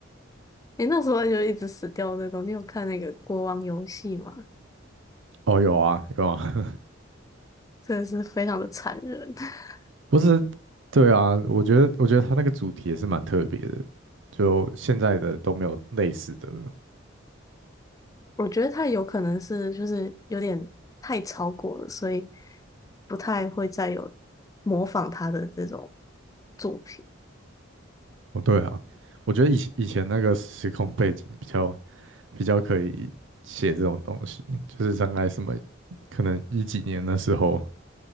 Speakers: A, on the left; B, on the right.
A: 诶，那时候就一直死掉那种。你有看那个国王游戏吗？
B: 哦，有啊，有啊，
A: 真的是非常的残忍。<laughs>
B: 不是，对啊，我觉得我觉得他那个主题也是蛮特别的，就现在的都没有类似的了。
A: 我觉得他有可能是就是有点太超过了，所以不太会再有模仿他的这种作品。
B: 哦，对啊，我觉得以前以前那个时空背景比较比较可以写这种东西，就是大概什么可能一几年的时候，